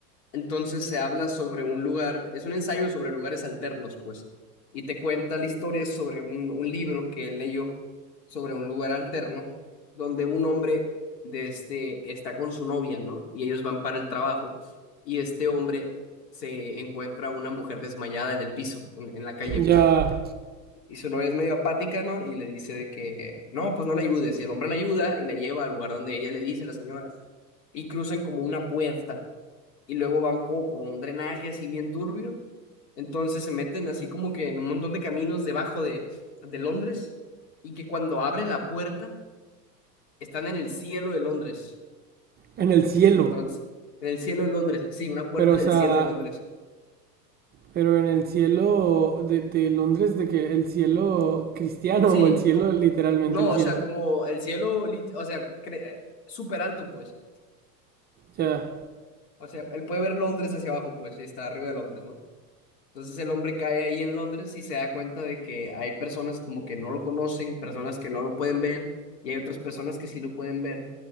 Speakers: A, on the left; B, on the right.
A: Entonces se habla sobre un lugar, es un ensayo sobre lugares alternos, pues, y te cuenta la historia sobre un, un libro que él leyó sobre un lugar alterno, donde un hombre de este, está con su novia, ¿no? Y ellos van para el trabajo, y este hombre se encuentra una mujer desmayada en el piso, en, en la calle, pues.
B: ya.
A: Y su novia es medio apática, ¿no? Y le dice de que, no, pues no la ayudes. Y el hombre la ayuda y la lleva al lugar donde ella le dice, la señora. Y cruzan como una puerta y luego van como por un drenaje así bien turbio. Entonces se meten así como que en un montón de caminos debajo de, de Londres y que cuando abren la puerta están en el cielo de Londres.
B: En el cielo.
A: Entonces, en el cielo de Londres, sí, una puerta
B: Pero, o
A: en
B: sea,
A: el cielo de Londres.
B: pero en el cielo de, de Londres, de que el cielo cristiano
A: Sí,
B: o el cielo,
A: co-
B: literalmente
A: no,
B: el
A: o
B: cielo.
A: sea, como el cielo, lit- o sea, cre- eh, súper alto, pues.
B: Ya,
A: O sea, él puede ver Londres hacia abajo, pues, y está arriba de Londres, ¿no? Entonces el hombre cae ahí en Londres y se da cuenta de que hay personas como que no lo conocen, personas que no lo pueden ver y hay otras personas que sí lo pueden ver.